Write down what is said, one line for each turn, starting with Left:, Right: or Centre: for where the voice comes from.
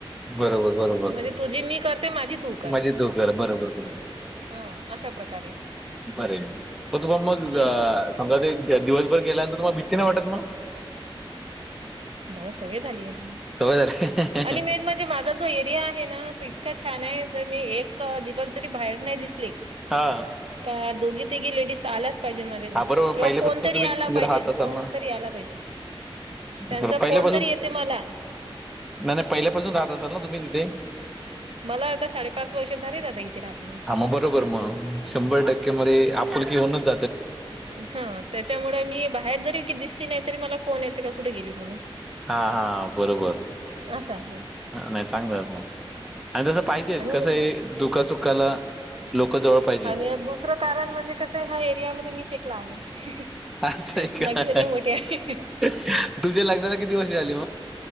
Centre: बरोबर बरोबर
Right: म्हणजे तुझी मी करते माझी तू कर.
Centre: माझे चूक झाल्या बरोबर बरोबर.
Right: हा, अशा प्रकारे.
Centre: बरय हो तुम्हाला मग
Right: हम्म
Centre: जा''--'' समजा ते दिवसभर गेल्यायंत तुमला भी्ती नाही वाटत मग.
Right: नाय सवय झाली आहे
Centre: सवय झाली
Right: आणि मेन म्हणजे माझा. जो एरिया आहे ना तो इतका छान आहे जर मी एक दिवस जरी बाहेर नाही दिसली.
Centre: हा,
Right: का दोघी तीघी लेडीज आल्याच पाहिजे माझ्या. घरी
Centre: हा बरोबर
Right: किंवा
Centre: पहिल्यापासून
Right: फोन तरी
Centre: तुम्ही तिथे
Right: आला पाहिजे
Centre: राहत असाल
Right: फोन
Centre: ना
Right: तरी आला पाहिजे. त्यांचा
Centre: तर पहिल्यापासून
Right: फोन तरी येते मला.
Centre: नाही नाही पहिल्यापासूनह रहात असाल ना तुम्ही तिथे.
Right: मला आता साडेपाच वर्ष झाले दादा इथे राहते मी.
Centre: हा, मा बरोबर मग शंभर टक्क्या मध्ये आपुलकी होऊनच.
Right: हा, त्याच्यामुळे मी जरी दिसली नाही तरी मला फोन येते का कुठे गेली म्हणून.
Centre: हा हा, बरोबर.
Right: असं आहे.
Centre: नाही चांगलं बुवा नाही तसं पाहिजे
Right: आणि
Centre: कसे हाय. दुःख सुखाला. लोक जवळ पाहिजे.
Right: आणि दुसरं कारण म्हणजे कसं ह्या एरियामध्ये मीच एक लहान आहे.
Centre: असं आहे का
Right: बाकी सगळे मोठे आहे.
Centre: तुमच्या लग्नाला किती वर्ष झाली मग.